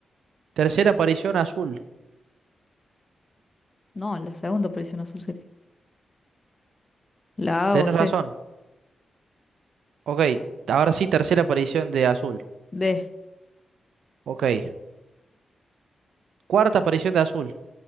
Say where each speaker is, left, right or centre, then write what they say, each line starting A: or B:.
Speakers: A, on the right; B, on the left.
A: Tercera aparición azul.
B: No, la segunda aparición azul sería. La
A: Tenés
B: A o C,
A: razón. Ok. Ahora sí, tercera aparición de azul.
B: B,
A: Ok. Cuarta aparición de azul.